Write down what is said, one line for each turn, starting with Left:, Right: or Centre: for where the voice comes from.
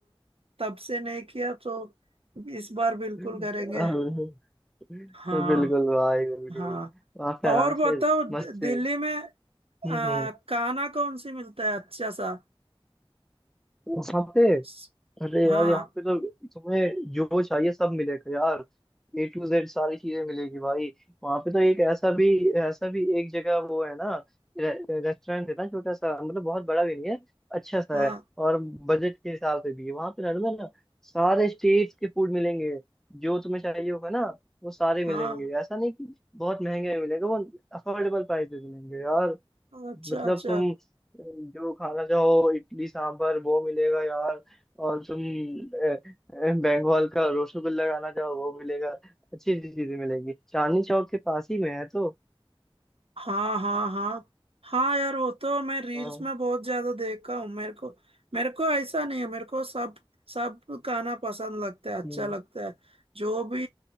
Right: तब से नहीं किया तो इस बार बिल्कुल
Centre: <laughs> बिल्कुल
Right: करेंगे हाँ
Centre: भाई बिल्कुल
Right: हाँ
Centre: वहाँ पे आराम
Right: और
Centre: से
Right: बताओ द-
Centre: मस्त से-
Right: दिल्ली में
Centre: हम्म
Right: अ,
Centre: हम्म
Right: खाना कौन सी मिलता है अच्छा सा
Centre: वहाँ पे
Right: स-
Centre: अरे
Right: हाँ
Centre: यार यहाँ पे तो तुम्हें जो चाहिए सब मिलेगा यार ए टू जेड सारी चीजें मिलेगी भाई वहाँ पे तो एक ऐसा भी ऐसा भी एक जगह वो है ना रे, रेस्टोरेंट है ना छोटा सा मतलब बहुत बड़ा भी नहीं है अच्छा सा
Right: हाँ
Centre: है और बजट के हिसाब से भी है वहाँ पे नॉर्मल ना सारे स्टेट्स के फूड मिलेंगे जो तुम्हें चाहिए होगा ना वो सारे मिलेंगे
Right: हाँ
Centre: ऐसा नहीं कि बहुत महंगे मिलेंगे वो अफोर्डेबल प्राइस पे मिलेंगे यार
Right: अच्छा
Centre: मतलब
Right: अच्छा
Centre: तुम जो खाना चाहो इडली सांभर वो मिलेगा यार और तुम अ, अ, बंगाल का रसगुल्ला खाना चाहो वो मिलेगा अच्छी अच्छी चीजें मिलेगी चांदनी चौक के पास ही में है तो
Right: हाँ हाँ हाँ हाँ यार वो तो मैं रील्स
Centre: हाँ
Right: में बहुत ज्यादा देखा हूँ मेरे को मेरे को ऐसा नहीं है मेरे को सब सब गाना पसंद लगता है अच्छा
Centre: हम्म,
Right: लगता है जो भी